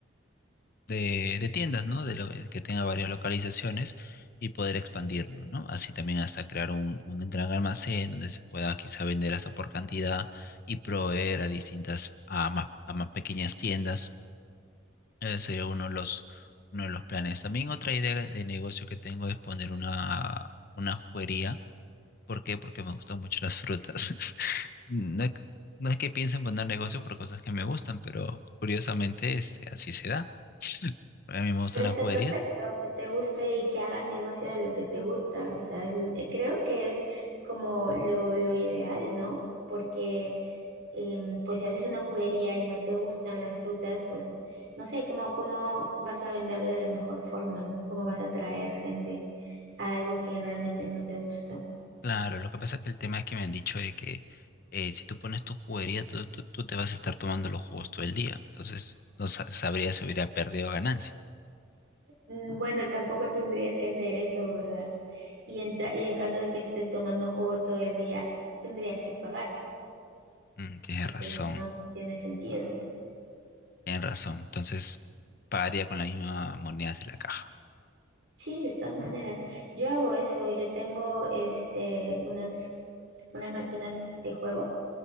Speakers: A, on the left; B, on the right.
A: de, de tiendas, ¿no? De lo, que tenga varias localizaciones y poder expandirnos, ¿no? Así también hasta crear un, un gran almacén donde se pueda quizá vender hasta por cantidad y proveer a distintas, a más, a más pequeñas tiendas. Ese sería uno de los, uno de los planes. También otra idea de negocio que tengo es poner una, una juguería. ¿Por qué? Porque me gustan mucho las frutas. <laughs> No es, no es que piense en poner negocio por cosas que me gustan, pero curiosamente este, así se da. A mí me gustan
B: Pero está
A: las juguerías
B: perfecto que te guste y que hagas negocio de lo que te gusta. O sea, es- eh, creo que es como lo, lo ideal, ¿no? Porque em, pues si haces una juguería y no te gustan las frutas, pues no sé, ¿cómo, cómo vas a venderlo de la mejor forma, ¿no? ¿Cómo vas a atraer gente a algo que realmente no te gusta?
A: Claro, lo que pasa es que el tema es que me han dicho de que eh, si tú pones tu juguería, tú, tú- tú te vas a estar tomando los jugos todo el día. Entonces, no sa- sabría si hubiera perdido ganancia.
B: Mm, Bueno, tampoco tendrías que hacer eso, ¿verdad? Y en, ta- y en caso de que estés tomando jugo todo el día, tendrías que pagar,
A: Mm, tienes
B: porque
A: razón,
B: si no, no tiene sentido.
A: tienes razón. Entonces, pagaría con las mismas monedas de la caja,
B: Sí, de todas maneras. Yo hago eso. Yo tengo este, unas, unas máquinas de juego